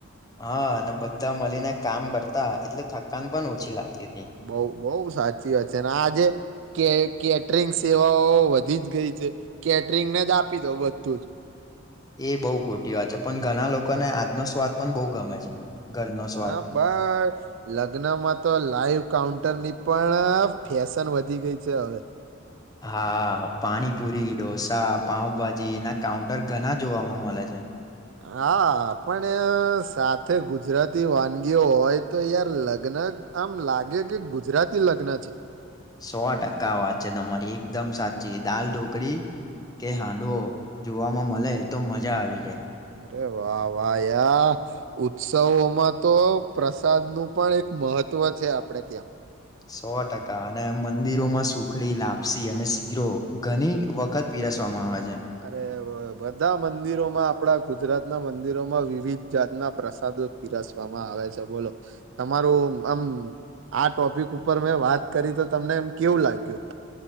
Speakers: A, on the left (about 20°); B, on the right (about 65°).
A: હા અને બધા મળીને કામ કરતા એટલે થકાન પણ ઓછી લાગતી હતી.
B: બઉ બઉ સાચી વાત છે ને આજે કે કેટરિંગસ સેવાઓ વધી જ ગઈ છે. કેટરિંગને જ આપી દો બધું જ
A: એ બહુ ખોટી વાત છે. પન ઘણા લોકોને આજનો સ્વાદ પન બહુ ગમે છે. ઘરનો
B: હા
A: સ્વાદ
B: બસ લગ્નમાં તો લાઈવ કાઉન્ટ ટર ની પણ ફેશન વધી ગઈ છે હવે.
A: હા પાણીપુરી, ઢોસા, પાઉંભાજીના કાઉન્ટર ઘના જોવામાં મલે છે.
B: હા પણ સાથે ગુજરાતી વાનગીઓ હોય તો યાર લગ્ન આમ લાગે કે ગુજરાતી લગ્ન છે.
A: સો ટકા વાત છે તમારી એકદમ સાચી દાલ ઢોકળી કે હાંડવો જોવામાં મલે તો મજા આવી જાય.
B: અરે વા વા યા ઉત્સવોમાં તો પ્રસાદનું પણ એક મહત્વ છે આપણેે ત્યાં
A: સો ટકા અને મંદિરોમાં સુખડી, લાપસી અને શીરો ઘની વખત પીરસવામાં આવે છ
B: અરે બધા મંદિરોમાં આપણા ગુજરાત ના મંદિરોમાં વિવિધ જાતના પ્રસાદો પીરસવામાં આવે છે બોલો તમારું આમ આ ટોપિક ઉપર મેં વાત કરી તો તમને એમ કેવું લાગ્યું?